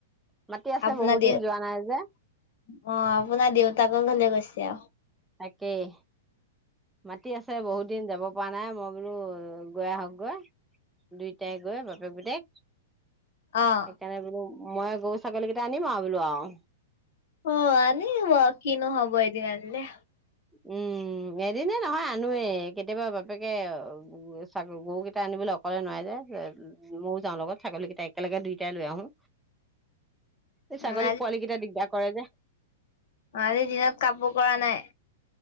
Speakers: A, in the centre; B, on the left.
A: মাতি আছে
B: আপোনাৰ
A: বহুত
B: দে
A: দিন
B: অ'
A: যোৱা নাই যে
B: আপোনাৰ দেউতাকৰ ঘৰলে গৈছে। দিয়া
A: তাকেই। মাতি আছে বহুত দিন যাব পোৱা নাই মই বোলো গৈ আহকগৈ। দুইটাই গৈ বাপেক -পুতেক
B: অ অ
A: সেইকাৰণে বোলো মই গৰু-ছাগলী কেইটা আনিম আৰু বোলো আও।
B: অ' আনিব। কিনো হব এদিন আ <unintelligible>
A: উম, এদিনে নহয় আনোৱেই। কেতিয়াবা বাপেকে অ'- ছাগল- গৰুকেইটা আনিবলৈ অকলে নোৱাৰে যে। ময়ো যাওঁ লগত। ছাগলীকেইটা একেলগে দুয়োটাই লৈ আহোঁ। এই ছাগলী
B: উম
A: পোৱালিকেইটাই দিগদাৰ কৰে যে।
B: অ' আজি দিনত কাপোৰ কৰা নাই?